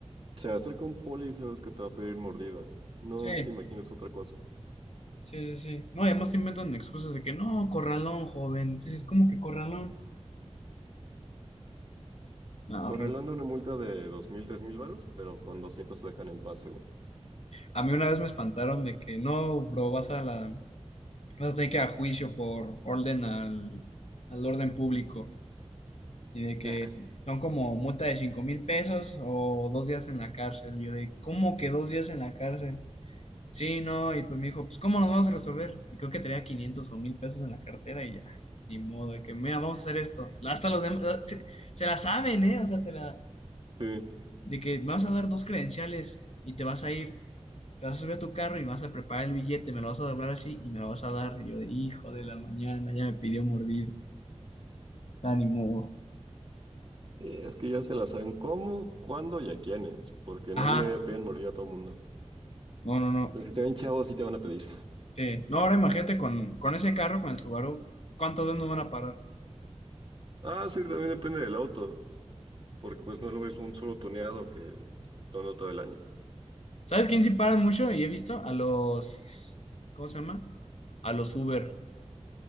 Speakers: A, on the right (about 45°); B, on the left (about 65°).
A: se acerca un poli y sabes que te va a pedir mordida. No
B: Sí,
A: te imagines otra cosa.
B: sí, sí, sí. No, y además te inventan excusas de que no, corralón, joven. Dices, ¿cómo que corralón? No,
A: Por
B: horrible.
A: una multa de dos mil tres mil varos, pero con 200 se dejan en paz, según.
B: A mí una vez me espantaron de que no, bro, vas a la, vas a tener que ir a juicio por orden al, al orden público. Y de que
A: Ah,
B: son como multa de cinco mil pesos o dos días en la cárcel. Y Yo de, ¿cómo que dos días en la cárcel? Sí, no, y pues me dijo, pues ¿cómo nos vamos a resolver? Y creo que tenía 500 o 1000 pesos en la cartera y ya, ni modo, de que, mira, vamos a hacer esto. Hasta los demás, eh, se, se la saben, ¿eh? O sea, te la,
A: sí.
B: de que me vas a dar dos credenciales y te vas a ir, te vas a subir a tu carro y me vas a preparar el billete, me lo vas a doblar así y me lo vas a dar. Y yo de, hijo de la mañana, ya me pidió mordido, ya ni modo.
A: Eh, Es que ya se la saben cómo, cuándo y a quiénes, porque
B: Ajá,
A: no le piden morir a todo mundo.
B: no, no, no.
A: Pero si te ven chavos, sí te van a pedir.
B: Sí. No, ahora imagínate con, con ese carro, con el Subaru, ¿cuántas veces nos van a parar?
A: Ah, sí, también depende del auto, porque pues no es lo mismo un solo tuneado que todo todo el año.
B: ¿Sabes quién sí paran mucho? Y he visto a los, ¿cómo se llama? A los Uber.